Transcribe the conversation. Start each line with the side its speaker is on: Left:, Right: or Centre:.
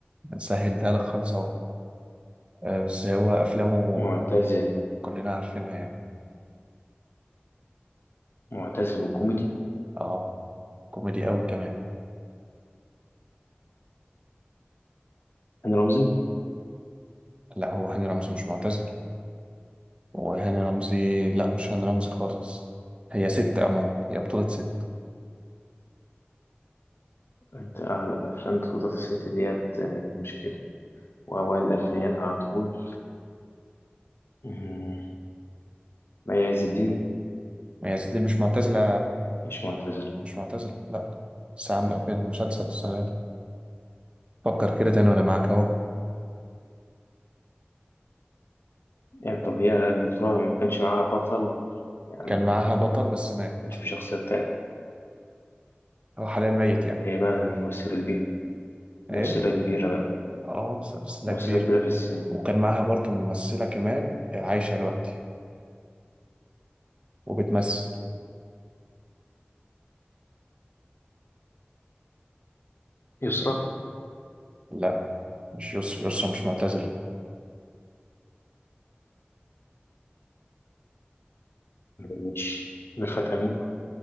Right: هنسهل ده لك خالص اهو آه، بس هو افلامه
Left: معتزل
Right: كلنا عارفينها يعني
Left: معتزل وكوميدي
Right: اه كوميدي قوي كمان
Left: هاني رمزي
Right: لا هو هاني رمزي مش معتزل وهاني رمزي لا مش هاني رمزي خالص هي ست عموما هي بطولة ست
Left: أنت أعلى أفلام بطولة الست ديت آه، مشكلة وأوائل الألفينيات على طول مم. ما عز الدين
Right: هي ست دي مش معتزلة
Left: مش معتزل
Right: مش معتزلة لا بس عاملة في المسلسل السنة دي فكر كده تاني وأنا معاك أهو
Left: يعني طب هي البطولة ما كانش معاها بطل يعني
Right: كان
Left: ما
Right: معاها بطل بس مات
Left: كانش في شخصية تانية
Right: هو حاليا ميت يعني
Left: ده هي بقى ممثلة كبيرة ممثلة
Right: إيه؟
Left: كبيرة بقى
Right: أه سلسلة
Left: ممثلة
Right: كبيرة
Left: كبيرة في السن
Right: وكان معاها برضو ممثلة كمان آه، عايشة دلوقتي وبتمثل
Left: يسرا
Right: لا مش يسرا يسرا مش معتزلة
Left: مش ميرفت أمين